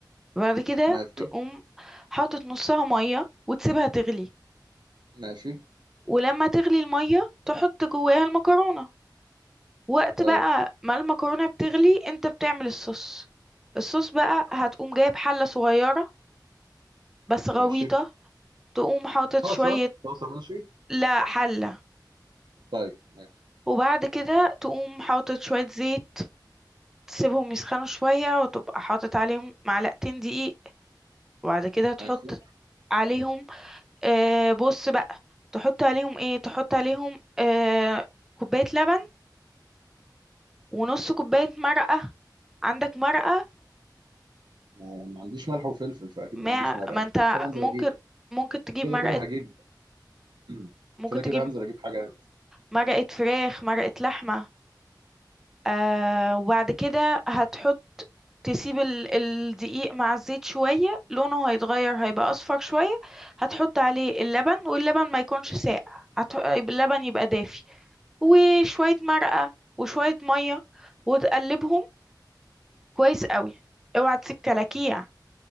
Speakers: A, in the centre; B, on the right.
A: بعد كده
B: ماشي
A: تقوم حاطط نُصّها مَيّة وتسيبها تغلي،
B: ماشي
A: ولمّا تغلي المَيّة تحُط جواها المكرونة، وقت
B: طيب
A: بقى ما المكرونة بتغلي أنت بتعمل الصوص، الصوص بقى هتقوم جايب حلة صغيرة بس غويطة،
B: ماشي
A: تقوم حاطط
B: طاسه
A: شوية
B: طاسه ماشي
A: لأ حلة،
B: طيب ماشي
A: وبعد كده تقوم حاطط شوية زيت تسيبهم يسخنوا شوية وتبقى حاطط عليهم معلقتين دقيق، وبعد كده تحُط
B: هشوف
A: عليهم آآ بُص بقى، تحُط عليهم إيه، تحُط عليهم آآ كوباية لبن ونُص كوباية مرقة، عندك مرقة
B: ما, ما عنديش ملح وفلفل فاكيد
A: مع
B: ما عنديش مرقه
A: ما
B: بس
A: أنت
B: كده انزل
A: ممكن
B: اجيب
A: ممكن تجيب
B: كده
A: مرقة
B: كده هجيب <clears throat>
A: ممكن
B: كده
A: تجيب
B: كده هنزل اجيب حاجه
A: مرقة فراخ، مرقة لحمة، آآ وبعد كده هتحُط تسيب ال الدقيق مع الزيت شوية، لونه هيتغيّر هيبقى أصفر شوية، هتحُط عليه اللبن واللبن ما يكونش ساقع، هت اللبن يبقى دافي، وشوية مرقة وشوية مَيّة وتقلّبهم كويس أوي، اوعى تسيب كلاكيع،